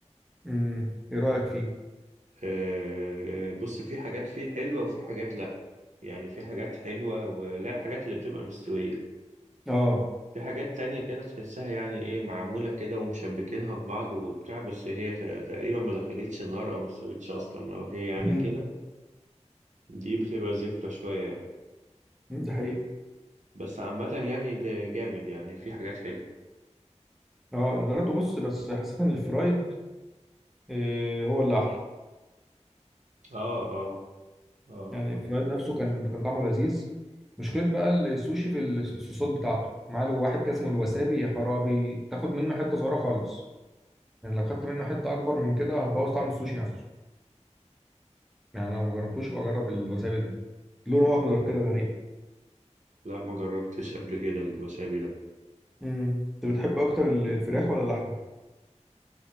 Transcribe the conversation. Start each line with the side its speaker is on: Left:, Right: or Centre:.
Centre: امم ايه رايك فيه
Right: آه، آه، بص في حاجات فيه حلوة وفي حاجات لأ يعني في حاجات حلوة ولا الحاجات اللي بتبقى مستوية
Centre: اه
Right: في حاجات تانية كده تحسها يعني ايه معمولة كده ومشبكينها ببعض وبتاع بس هي ت- تقريبا ما دخلتش النار أو ما استوتش أصلا أو هي يعني
Centre: امم
Right: كده دي بتبقى زفرة شوية يعني
Centre: دي حقيقة
Right: بس عامة يعني ده جامد يعني في حاجات حلوة
Centre: اه انا جربته بص بس حسيت ان الفرايد آه، هو اللي احلى
Right: اه اه اه
Centre: يعني الفرايد نفسه كان كان طعمه لذيذ مشكلة بقى السوشي في الس- الصوصات بتاعته معاه له واحد كده اسمه الوسابي يا خرابي تاخد منه حتة صغيرة خالص يعني لو خدت منه حتة أكبر من كده هتبوظ طعم السوشي نفسه يعني لو ما جربتوش يبقى جرب الوسابي ده لونه أخضر كده غريب
Right: لا ما جربتش قبل كده الوسابي ده
Centre: امم أنت بتحب أكتر ال- الفراخ ولا اللحمة؟